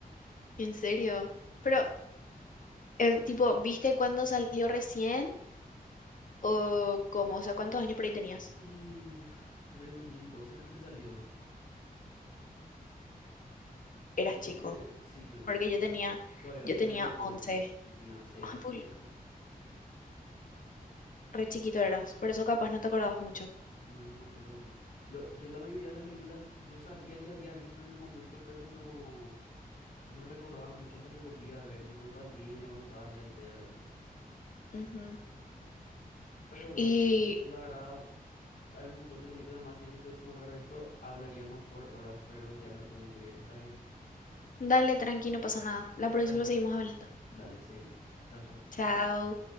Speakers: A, on the left (about 60°); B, on the left (about 75°).
A: En serio. Pero, em, tipo, ¿viste cuándo salió recién? ¿O cómo? O sea, ¿cuántos años por ahí tenías?
B: Y en el 2012 creo que salió.
A: Eras
B: Yo creo
A: chico.
B: que sí, yo no-
A: Porque yo tenía,
B: todavía no
A: yo
B: tenía
A: tenía
B: ni 10
A: once
B: años. Tenía 6
A: Ay,
B: años
A: pul-
B: por ahí cuando se-
A: re chiquito eras. Por eso
B: Sí.
A: capaz no te acordabas mucho.
B: No, no me acuerdo mucho. Lo, yo la mayoría de las películas yo sabía que había visto en el momento, pero no, no recordaba mucho hasta que volví a ver, tipo en pandemia, cuando estaba así al pedo y eso.
A: Ujú.
B: Pero bueno,
A: Y
B: la verdad, hay un montón de películas más y es que pudiésemos hablar de esto, hablaríamos por horas, pero ya me tengo que ir, está bien.
A: Dale, tranqui, no pasa nada. La próxima
B: Dale.
A: seguimos hablando.
B: Dale, seguimos. Chao, chao.
A: Chao.